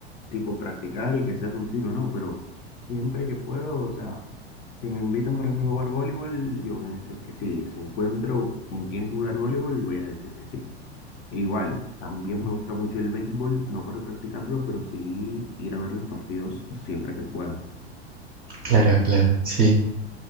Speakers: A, on the left; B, on the right.
A: tipo practicar y que sea continuo, no, pero siempre que puedo, o sea, si me invitan, por ejemplo, a jugar voleibol, yo voy a decir que sí. Si encuentro con quién jugar voleibol, voy a decir que sí. E Igual, también me gusta mucho el béisbol, no para practicarlo, pero sí ir a ver los partidos siempre que pueda.
B: Claro, claro, sí,